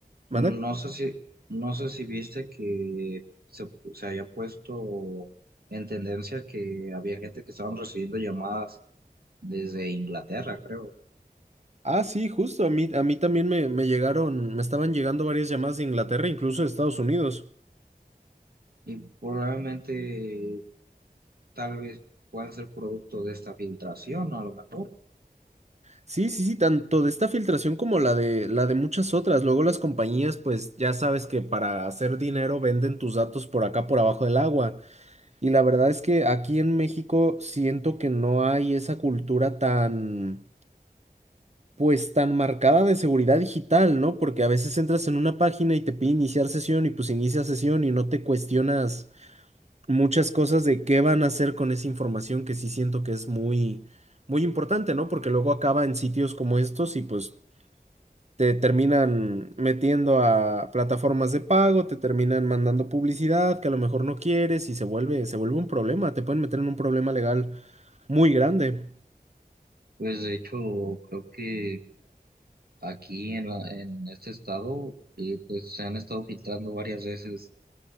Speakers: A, on the right; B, on the right.
A: ¿Mande?
B: no sé si, no sé si viste que se, se había puesto en tendencia que había gente que estaban recibiendo llamadas desde Inglaterra, creo.
A: Ah, sí, justo, a mí, a mí también me, me llegaron, me estaban llegando varias llamadas de Inglaterra, incluso de Estados Unidos.
B: Y probablemente tal vez puedan ser producto de esta filtración, a lo mejor.
A: Sí, sí, sí, tanto de esta filtración como la de la de muchas otras. Luego las compañías, pues ya sabes que para hacer dinero venden tus datos por acá, por abajo del agua. Y la verdad es que aquí en México siento que no hay esa cultura tan, pues tan marcada de seguridad digital, ¿no? Porque a veces entras en una página y te pide iniciar sesión y pues inicia sesión y no te cuestionas muchas cosas de qué van a hacer con esa información que sí siento que es muy muy importante, ¿no? Porque luego acaba en sitios como estos y pues te terminan metiendo a plataformas de pago, te terminan mandando publicidad que a lo mejor no quieres y se vuelve, se vuelve un problema, te pueden meter en un problema legal muy grande.
B: Pues de hecho, creo que aquí en la- en este estado, eh, pues se han estado filtrando varias veces